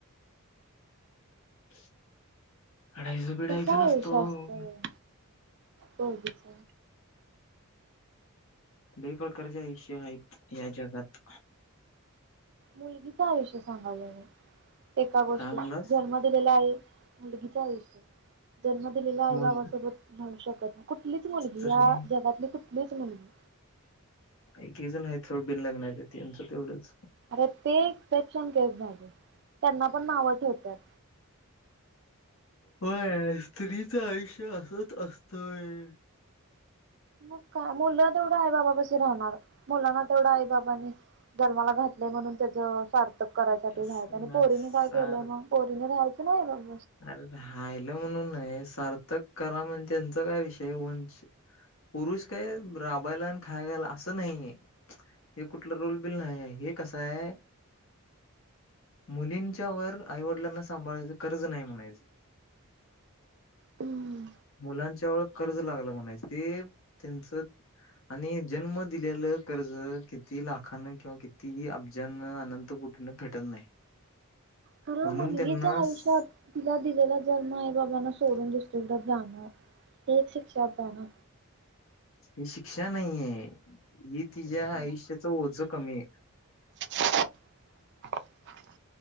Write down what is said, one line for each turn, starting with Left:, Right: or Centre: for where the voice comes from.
Left: <inaudible> रडायचं बीडायचं
Right: कसं
Left: नसतं
Right: आयुष्य
Left: हो
Right: असतं पोरगीच
Left: लय प्रकारचे आयुष्य हायेत या जगात
Right: मुलगीच आयुष्य सांगा बरं एका गोष्टीत
Left: काय म्हणलास
Right: जन्म दिलेला आई मुलगीच आयुष्य जन्म दिलेल्या आई
Left: मुल
Right: बाबासोबत राहू शकत नाही कुठलीच मुलगी
Left: तरी
Right: या जगातली कुठलीच मुलगी
Left: एकेक जण आहे सोड बिन लग्नाच्या त्यांचं तेवढंच
Right: अरे ते सेक्शन केस झाले. त्यांना पण नाव ठेवत्यात.
Left: होय स्त्रीचं आयुष्य असच असतय.
Right: मग काय मुलं तेवढं आई बाबापशी राहणार मुलांना तेवढा आईबाबांनी जन्माला घातलेय म्हणून त्याचं सार्थक करायसाठी
Left: असं
Right: रायचं आणि
Left: ना
Right: पोरीने
Left: सार
Right: काय केलंय मग पोरीने राहायचं आईबाबा
Left: अरे राहिलं म्हणून नाही सार्थक करा म्हणजे त्यांचा काय विषय आहे वंश पुरुष काय राबायला आणि खायाला असं नाहीये. हे कुठलं रोल बिल नाही हे कस आहे. मुलींच्या वर आईवडिलांना सांभाळायचं कर्त र्ज नाही म्हणायचं.
Right: हम्म.
Left: मुलांच्यावर कर्ज लागलं म्हणे ते त्यांचं आणि जन्म दिलेलं कर्ज किती लाखांना किंवा कितीही अब्जांना अनंत कुठन फेटत नाही.
Right: कारण
Left: म्हणून
Right: मुलगीच्या
Left: त्यांना
Right: आयुष्यात
Left: स-
Right: तिला दिलेला जन्म आई बाबांना सोडून दुसरीकडे जाणं. ते जाण.
Left: ही शिक्षा नाहीये ही तिच्या
Right: कृष्णा
Left: आयुष्याच ओझ कमी आहे.
Right: <unintelligible>